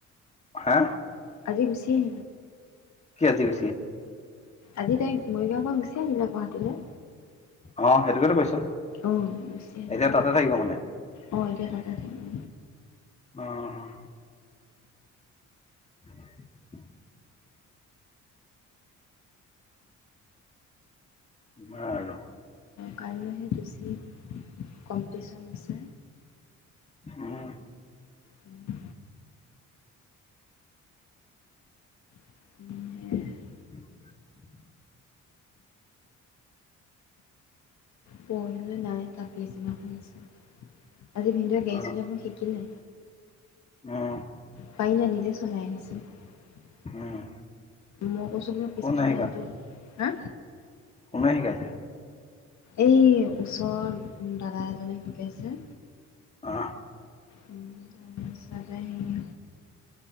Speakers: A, on the left; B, on the left.
A: হা
B: আজি গুছি, <inaudible>
A: আজি <inaudible>
B: আজি তাইক মৰিগাঁও পৰা গুচি আহিলে গুৱাহাটীলৈ,
A: আহ সেইটোতো কৈছো
B: অঁ গুচি আহিলে
A: এতিয়া তাতে থাকিব মানে
B: অঁ এতিয়া তাতে থাকিম
A: অ' <inaudible> কোৱা আৰু।
B: কাইলৈও সেইটোচি কম্পিটিচ্যন আছে।
A: আহ
B: উম <inaudible> উম
A: উ <inaudible>
B: পঢ়িলে নে নাই ত পিছদিনাখন আছে। আজি ভিনন্দা গাড়ী
A: অ
B: চলাব শিকিলে।
A: অ'
B: পাৰিলে নিজে চলাই আহিছে।
A: উম!
B: মই কৈছো বুলো পিছফালে,
A: কোনে শিকালে
B: <unintelligible> হা।
A: কোনে শিকাইছে?
B: এই, ওচৰ দাদা এজনে শিকাইছে।
A: অ'।
B: তাৰপিছতে সে,